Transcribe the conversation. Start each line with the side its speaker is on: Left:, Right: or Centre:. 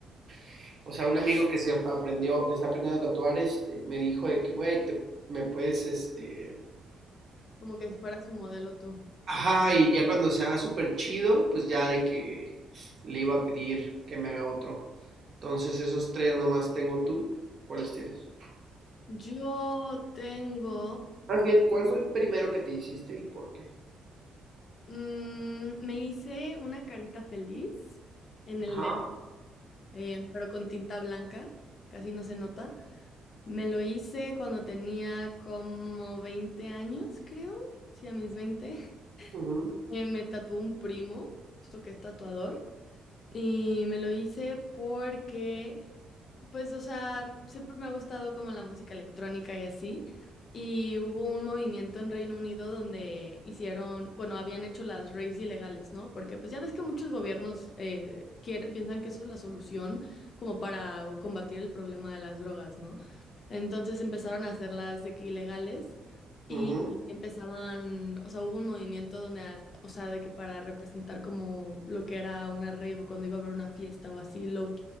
Right: <laughs> o sea, un amigo que se aprendió, que está aprendiendo a tatuar, este, me dijo de que, güey, te, me puedes, este,
Left: Como que fuera su modelo tú.
Right: Ajá,
Left: Ok.
Right: y ya cuando sea súper chido, pues ya de que le iba a pedir que me haga otro. Entonces, esos tres nomás tengo tú. ¿Cuáles tienes?
Left: Yo tengo,
Right: Más bien, ¿cuál fue el primero que te hiciste y por qué?
Left: mm, me hice una carita feliz en el
Right: Ajá.
Left: dedo, eh, pero con tinta blanca, casi no se nota. Me lo hice cuando tenía como 20 años, creo. Sí, a mis 20. <laughs>
Right: ujú,
Left: Eh, me tatuó un primo, justo que es tatuador. Y me lo hice porque pues, o sea, siempre me ha gustado como la música electrónica y así. Y hubo un movimiento en Reino Unido donde hicieron, bueno, habían hecho las raves ilegales, ¿no? Porque pues ya ves que muchos gobiernos eh, quiere- piensan que eso es la solución como para combatir el problema de las drogas, ¿no? Entonces empezaron a hacerlas de que ilegales y
Right: ujú,
Left: empezaban, o sea, hubo un movimiento donde, a- o sea, de que para representar como lo que era una rave o cuando iba a haber una fiesta o así, low